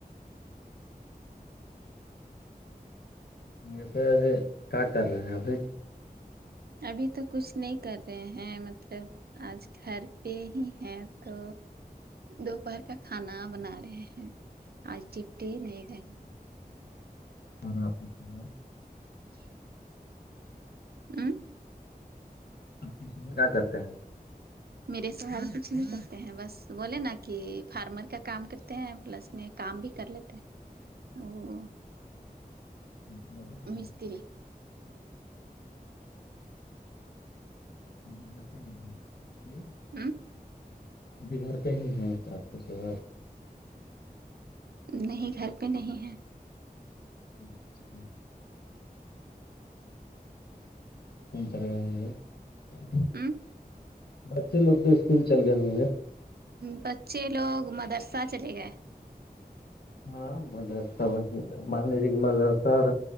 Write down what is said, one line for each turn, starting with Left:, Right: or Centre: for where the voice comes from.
Left: ویسے وسے کیا کر رہے ہیں ابھی
Right: ابھی تو کچھ نہیں کر رہے ہیں مطلب آج گھر پے ہی ہیں تو دوپہر کا کھانا بنا رہے ہیں آج چپٹی نہیں ہے
Left: اور اپ نے <unintelligible>
Right: ج آمم
Left: آپ کے شوہر کیا کرتے ہیں
Right: میرے شوہر کچھ نہیں کرتے ہیں بس بولے نا کی فارمر کا کام کرتے ہیں پلس میں کام بھی کر لیتے ہیں وہ
Left: <unintelligible>
Right: مستری
Left: فارمر کا کام پلس
Right: آمم
Left: ابھی گھر پے ہی ہیں کیا آپ کے شوہر
Right: نہیں گھر پے نہیں ہے
Left: اچھا چلے گئے ہوں گے <unintelligible>
Right: آمم
Left: بچے لوگ تو اسکول چل گئے ہوں گے
Right: بچے لوگ مدرسہ چلے گئے
Left: ہاں مدرسہ وسیے مان لیجیے مدرسہ اور